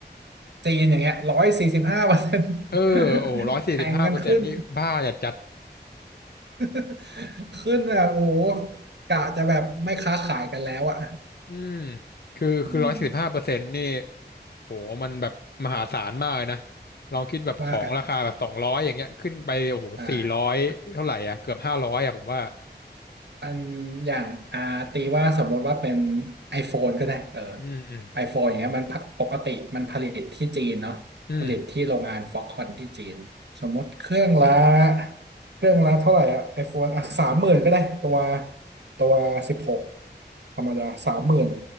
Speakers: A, on the right; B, on the left.
A: จีนอย่างเงี้ยร้อยสี่สิบห้าเปอร์เซ็นต์
B: เออโอ้โหร้อยสี่สิบห้าเปอร์เซ็นต์นี่บ้าจัดจัด
A: <laughs> แข่งกันขึ้น <laughs> ขึ้นแบบโอ้โหกะจะแบบไม่ค้าขายกันแล้วอ่ะ
B: อืมคือคือร้อยสี่สิบห้าเปอร์เซ็นต์นี่
A: อืม
B: โหมันแบบมหาศาลมากเลยนะ ลองคิดแบบของราคาแบบสองร้อยอย่างเงี้ยขึ้นไปโอ้โหสี่ร้อยเท่าไหร่อ่ะเกือบห้าร้อยอ่ะผมว่า
A: มากอ่ะอ่าอันอย่างอ่าตีว่าสมมติว่าเป็น iPhone ก็ได้เออ
B: อืม อืม
A: iPhone อย่างเงี้ยมันพักปกติมันผลิตที่จีนเนาะผลิตที่โรงงานฟ็อกคอนที่จีนสมมติเครื่องละ
B: อืม
A: เครื่องละเท่าไหร่อะ iPhone อ่ะสามหมื่นก็ได้ตัวตัวสิบหกธรรมดาสามหมื่น